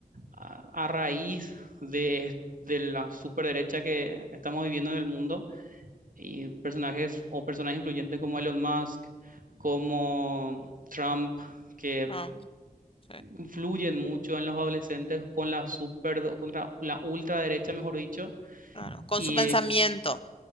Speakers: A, on the right; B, on the left.
A: a, a raíz de, es- de la superderecha que estamos viviendo en el mundo y personajes o personajes influyentes como Elon Musk, como Trump, que
B: Ah, sí,
A: influyen mucho en los adolescentes con la super, contra la ultraderecha, mejor dicho,
B: claro, Con
A: y
B: su pensamiento,